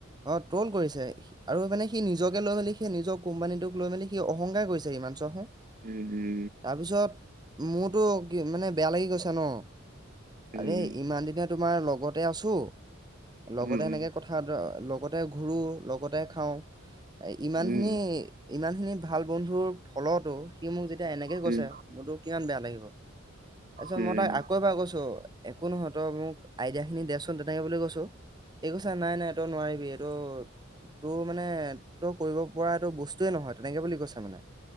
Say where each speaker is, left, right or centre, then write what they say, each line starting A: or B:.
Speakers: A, on the right; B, on the right.
A: অঁ ট্ৰল কৰিছে আৰু মানে সি নিজকে লৈ মেলি সি নিজৰ কোম্পানীটোক লৈ মেলি সি অহংকাৰ কৰিছে সিমান চোৱা চোন
B: উম উম
A: তাৰপিছত মোৰতো কি মানে বেয়া লাগি গৈছে ন
B: উম।
A: আৰে ইমান দিনে তোমাৰ লগতে আছো লগতে
B: উম।
A: এনেকে কথাৰ তে লগতে ঘূৰোঁ লগতে খাওঁ ইমান
B: উম।
A: খিনি
B: উম।
A: ইমান খিনি ভাল বন্ধুৰ ফলতো কি মোক যেতিয়া এনেকে কৈছে
B: উম।
A: মোৰতো কিমান বেয়া লাগিব তাৰিছত
B: উম।
A: মই তাক আকৌ এবাৰ কৈছোঁ একো নহয় তই মোক আইডিয়া খিনি দেচোন তেনেকে বুলি কৈছোঁ সি কৈছে নাই নাই তই নোৱাৰিবি এইটো তোৰ মানে তোৰ কৰিব পৰা এইটো বস্তুয়ে নহয় তেনেকে বুলি কৈছে মানে